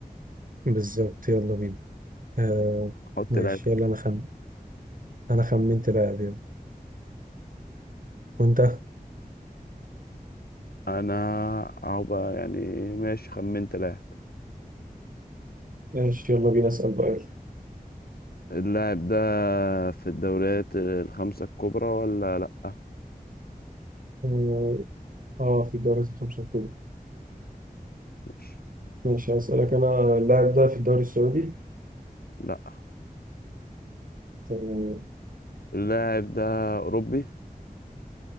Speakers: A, on the right (about 60°); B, on the left (about 80°).
A: بالظبط يلا بينا آه
B: حط
A: ماشي
B: لاعب
A: يلا انا خم انا خمنت لاعب يلا وانت
B: انا اهو بقى يعني ماشي خمنت لاعب
A: ماشي يلا بينا اسال بقى يلا.
B: اللاعب ده في الدوريات الخمسة الكبرى ولا لا
A: اه آه، في الدوري الخمسة الكبرى
B: ماشي
A: ماشي اسالك انا اللاعب ده في الدوري السعودي
B: لا
A: تمام
B: اللاعب ده اوروبي